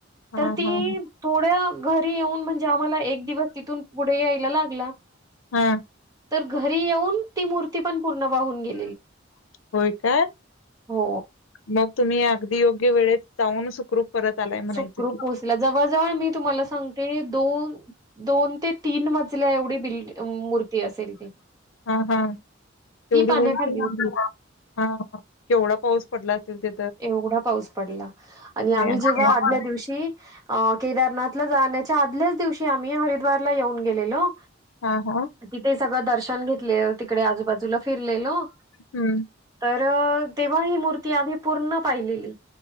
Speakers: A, on the left (about 85°); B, on the right (about 20°).
A: हा
B: तर ती
A: हा
B: थोड घरी येऊन म्हणजे आम्हाला एक दिवस तून पुढे यायला लागला
A: हा
B: तर घरी येऊन, ती मूर्ती पण पूर्ण वाहून गेली.
A: होय काय?
B: हो.
A: मग तुम्ही अगदी योग्य वेळेत जाऊन सुखरूप परत आलाय म्हणायचं
B: सुुखरुप
A: की
B: पोहोचला. जवळ जवळ मी तुम्हाला सांगते दोन दोन ते तीन मजल्या एवढी बिल्ड मूर्ती असेल ती.
A: हा हा, तेवढी
B: ती पाण्याखाली
A: उंच मूर्ती,
B: होती.
A: हा केवढा पाऊस पडला असेल ते
B: एवढा पाऊस पडला आणि आम्ही
A: सह्याद्री
B: जेव्हा
A: ला.
B: आदल्या दिवशी अ केदारनाथला जाण्याच्या आदल्याच दिवशी आम्ही हरिद्वारला येऊन गेलेलो.
A: हा हा
B: तिथे सगळं दर्शन घेतलेलं तिकडे आजूबाजूला फिरलेलो
A: हम्म
B: तर तेव्हा ही मूर्ती आधी पूर्ण पाहिलेली